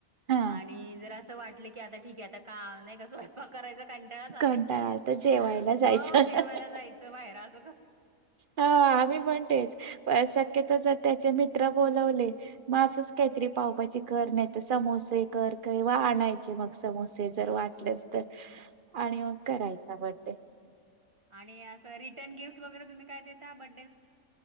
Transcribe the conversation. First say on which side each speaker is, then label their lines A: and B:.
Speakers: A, on the right; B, on the right.
A: हा
B: आणि जर असं वाटलं की आता ठीक आहे. आता का नाही का स्वयंपाक करायच. कंटाळास आलाय
A: कंटाळा
B: खूप
A: आला तर जेवायला
B: मग
A: जायचं
B: जेवायला जायचं बाहेर. अस
A: हा आम्ही म्हणतेच. अ शक्यतो जर त्याचे मित्र बोलवले म असच काहीतरी पावभाजी कर नाही तर स समोसे कर कयवा आणायचे मग समोसे जर वाटलेच तर, आणि मग कराय चा बड्डे.
B: आणि असं रिटर्न गिफ्ट वगैरे तुम्ही काय देता बड